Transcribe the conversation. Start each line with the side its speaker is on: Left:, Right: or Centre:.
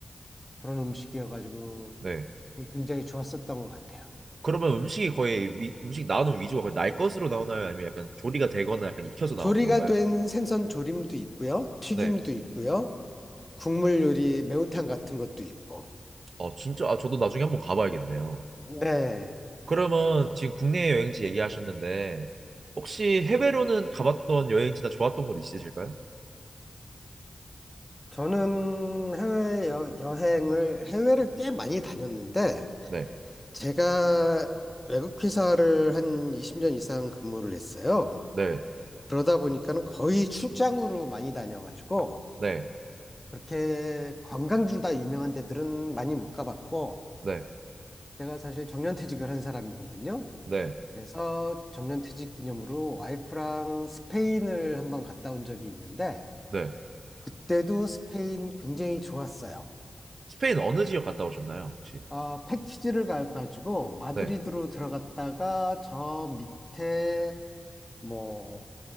Left: 그런 음식이어가지고
Right: 네.
Left: 굉장히 좋았었던 것 같아요.
Right: 그러면 음식이 거의 위, 음식 나오는 위주가 거의 날 것으로 나오나요? 아니면 약간 조리가 되거나 약간 익혀서 나오는
Left: 조리가
Right: 건가요?
Left: 된 생선 조림도 있고요, 튀김도
Right: 네.
Left: 있고요, 국물 요리 매운탕 같은 것도 있고.
Right: 어, 진짜, 아, 저도 나중에 한번 가봐야겠네요.
Left: 네,
Right: 그러면 지금 국내 여행지 얘기하셨는데 혹시 해외로는 가봤던 여행지나 좋았던 곳 있으실까요?
Left: 저는 해외 여, 여행을 해외를 꽤 많이 다녔는데
Right: 네,
Left: 제가 외국 회사를 한 20년 이상 근무를 했어요.
Right: 네,
Left: 그러다 보니까는 거의 출장으로 많이 다녀가지고
Right: 네,
Left: 그렇게 관광지로 다 유명한 데들은 많이 못 가봤고
Right: 네,
Left: 제가 사실 정년퇴직을 한 사람이거든요.
Right: 네,
Left: 그래서 정년퇴직 기념으로 와이프랑 스페인을 한번 갔다 온 적이 있는데
Right: 네.
Left: 그때도 스페인 굉장히 좋았어요.
Right: 스페인 어느 지역 갔다 오셨나요, 혹시?
Left: 어, 패키지를 가가지고 마드리드로
Right: 네,
Left: 들어갔다가 저 밑에 뭐